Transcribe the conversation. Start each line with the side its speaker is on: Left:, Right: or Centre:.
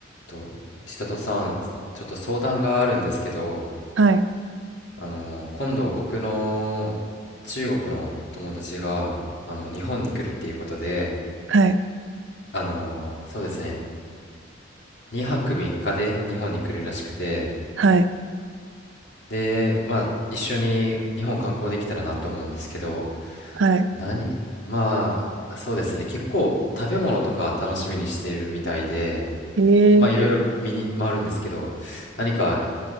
Left: と、千里さん、ちょっと相談があるんですけど、
Right: はい、
Left: あの、今度僕の中国の友達が、あの、日本に来るっていうことで、
Right: はい、
Left: あの、そうですね、2泊3日で日本に来るらしくて、
Right: はい、
Left: で、まあ、一緒に日本観光できたらなって思うんですけど、
Right: はい。
Left: 何、まあ、そうですね、結構食べ物とか楽しみにしているみたいで、
Right: えー、
Left: まあ、いろいろ見に回るんですけど、何か